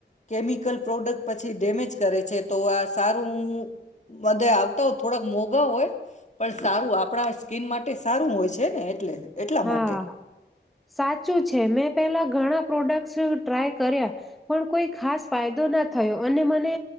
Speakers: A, on the left; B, in the centre.
A: કેમિકલ પ્રોડક્ટ પછી ડેમેજ કરે છે. તો આ સારું બધે આવતા હો થોડાક મોઘા હોય પણ સારું આપણા સ્કીિન માટે સારું હોય છે ને એટલે. એટલા માટે.
B: હા સાચું છે મેં પહેલા ઘણા પ્રોડક્ટ્સ ટ્રાય કર્યા પણ કોઈ ખાસ ફાયદો ના થયો અને મને